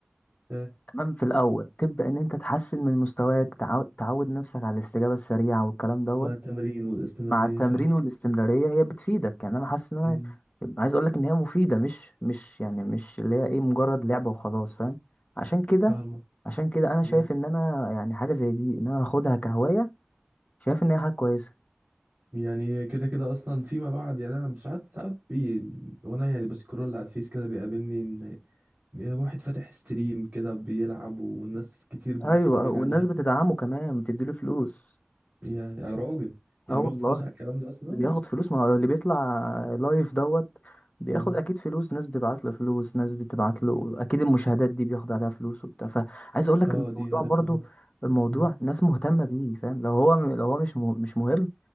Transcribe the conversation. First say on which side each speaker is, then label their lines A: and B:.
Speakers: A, on the right (about 50°); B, on the left (about 35°).
A: فاهم
B: تمام في الاول تبدا ان انت تحسن من مستواك تعود, تعود نفسك على الاستجابه السريعه والكلام دوت
A: مع التمرين والاستمراريه
B: مع التمرين
A: فاهم
B: والاستمرارية هي بتفيدك يعني انا حاسس ان انا
A: مم.
B: عايز اقول لك ان هي مفيدة مش مش يعني مش اللي هي ايه مجرد لعبة وخلاص فاهم عشان كده
A: فاهمه
B: عشان كده انا شايف
A: مم.
B: ان انا يعني حاجة زي دي ان انا اخدها كهواية شايف ان هي حاجة كويسة
A: يعني كده كده اصلا فيما بعد يعني انا مش ساعات ساعات بي... وانا يعني بسكرول على الفيس كده بيقابلني يا واحد فاتح ستريم كده بيلعب والناس كتير بتتفرج
B: ايوه والناس
A: عليه
B: بتدعمه كمان بتديله فلوس
A: يا يا راجل يعني
B: اه والله
A: بياخد فلوس على الكلام ده اصلا
B: بياخد فلوس ما هو اللي بيطلع لايف دوت بياخد
A: مم.
B: اكيد فلوس ناس بتبعت له فلوس ناس بتبعت له اكيد المشاهدات دي بياخد عليها فلوس وبتاع فعايز اقول لك
A: اه
B: ان
A: دي
B: الموضوع
A: عارفها
B: برضو
A: اه
B: الموضوع
A: مم.
B: ناس مهتمه بيه فاهم لو هو لو هو مش مه- مش مهم